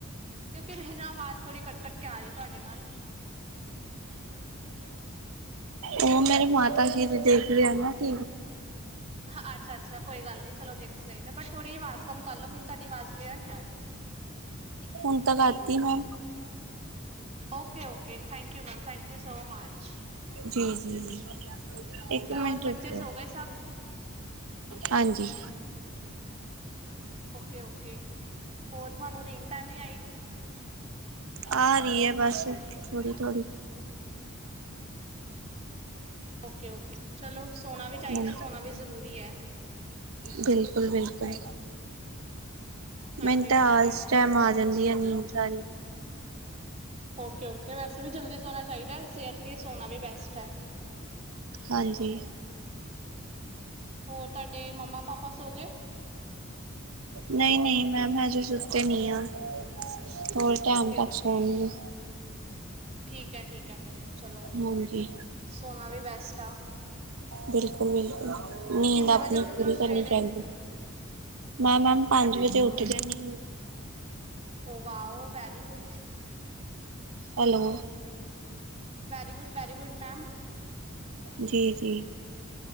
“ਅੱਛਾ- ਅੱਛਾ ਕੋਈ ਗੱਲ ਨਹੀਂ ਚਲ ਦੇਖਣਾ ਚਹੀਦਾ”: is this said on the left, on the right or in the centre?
Right